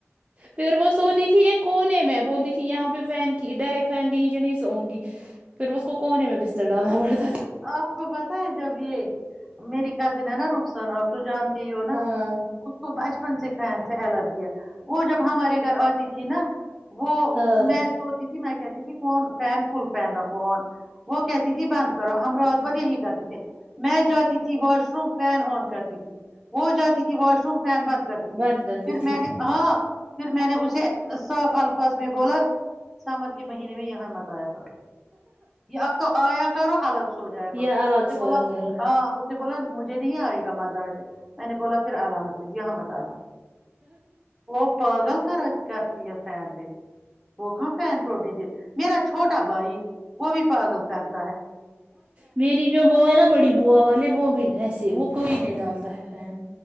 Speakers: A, on the right; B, in the centre.
A: پھر وہ سوتی تھی ایک کونے میں بولتی تھی یہاں پرڈائیریکٹ فین کے نیچے نہیں سوؤں گی پھر اس کونے میں بستر ڈالنا پڑتا تھا
B: آپ کو پتہ ہے جب یہ میری کس دن ہیں نا رک سان آ تو جان ہو نا
A: ہاں
B: اس کو بچ پن سے فین سے الر بھی وہ جب ہمارے گھر آتی تھی نا تو وہ
A: ہاں
B: میں سوچتی تھی میں کہتی تھی فون فین فل فین رکھو آن وہ کہتی تھی بند کرو ہم رات بھر یہی کرتے تھے میں جاتی تھی واش روم فین آن کرتی تھی وہ جاتی تھی واش روم فین بند کر دی تھی
A: بند
B: پھر
A: کرتی تھی
B: میں نے ہاں پھر میں نے اسے صاف الفاظ میں بولا سمر کے مہینے میں یہاں مت آیا تھا یا تو آیا کرو الگ سو جایا کرو
A: یہ
B: اس
A: الگ
B: نے
A: سویا
B: بولا
A: کرو
B: ہاں اس نے بولا مجھے نہیں آئے گا ماضا ویسے میں نے بولا پھر اللہ حافظ یہاں مت آا وہ پگل کر کر ہے فین پ ہو کا فین تھوڑے چ میرا چھوٹا بھائی وہ بھی پاگل کرتے
A: میری جو بو ہے نا بڑی بوو والے وہ بھی ایس وہ کوئی نہیں ڈال تحفین